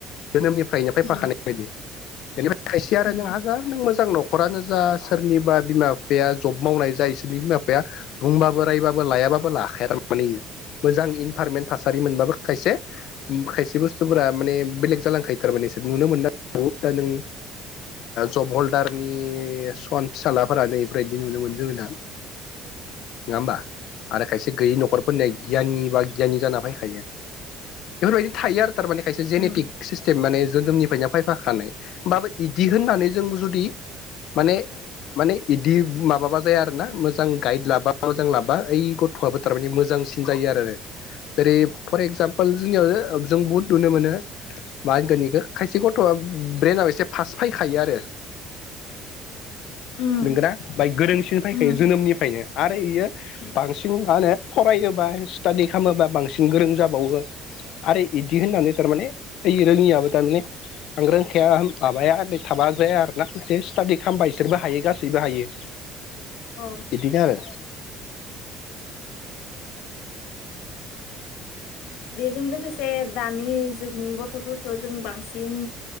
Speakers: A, on the left; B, on the left.
A: जोनोमनिफ्रायनो फैफाखानाय
B: उम
A: बायदि बेनिफ्राय खायसेया आरो
B: उम
A: नों हाजार नों मोजां न' न'खरानो जा सोरनिबा बिमा बिफाया जब मावनाय जा इसोरनि बिमा बिफाया बुंबाबो रायबाबो लायाब बाबो लाखाया आरो थारमाने इयो मोजां इनभारमेन्ट थासारि मोनबाबो खायसे उम खायसे बुस्थुफोरा माने बेलेग जालांखायो थारमाने नुनो मोन दा नो जब हल्दारनि सान फिसालाफोरानोै बेफोरबायदि नुनो मोनमोन जोङो दा <unintelligible>
B: <unintelligible>
A: नोंङा होमबा आरो खायसे गैयि नख'रफोरनिया गियानि बा गियानि जाना फैखायो बेफोरबायदि थायो आरो थारमाने खायसे जेनेटिक
B: उम
A: सिस्टेम माने जोनोमनिफ्रायनो फायफाखानाय होमबाबो बिदि होननानै जों जुदि माने माने इदि माबाबा जाया आरोना मोजां गाइड लाबा मोजां लाबा ओइ गथ'आबो थारमानानि मोजां मोजांसिन जायो आरो जेरै फर एक्जामपोल जोंनियाव जों बुहुट नुनो मोनो मा होनगोनिखौ खायसे गथ' थ'आ ब्रेनाबो एसे फास्ट फैखायो आरो
B: उम
A: नोंगोना बाय गोरोंसिन फैखायो
B: उम
A: जोनोमनिफ्रायनो आरो इयो
B: उम
A: बांसिन मा होनो फरायो बा स्टाडि खालामोबा बांसिन गोरों जाबावो आरो इदि होननानै थारमाने ओइ रोंङियाबो थारमाने आं रोंखाया माबाया थाबा जाया आरोना एसे स्टाडि खालामबा इसोरबो हायो गासैबो हायो।
B: अ
A: इदिनो आरो
B: <unintelligible> बेजों लोगोसे दानि जुगनि गथ'फोरखौ जों बांसिन